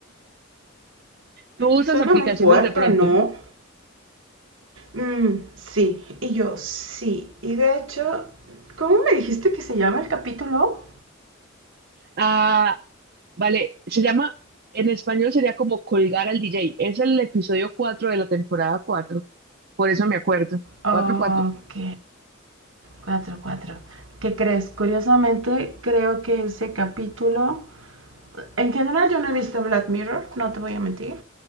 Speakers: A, on the right (about 55°); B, on the right (about 70°).
A: ¿Tú usas
B: Suena
A: aplicaciones
B: muy fuerte,
A: de pronto?
B: ¿no? Mm, sí, y yo sí. Y de hecho, ¿Cómo me dijiste que se llama el capítulo?
A: Ah, Vale, se llama, en español sería como colgar al DJ. Es el episodio 4 de la temporada cuatro por eso me acuerdo.
B: Ok.
A: cuatro cuatro
B: Cuatro, cuatro. ¿Qué crees? Curiosamente, creo que ese capítulo. En general, yo no he visto Black Mirror, no te voy a mentir.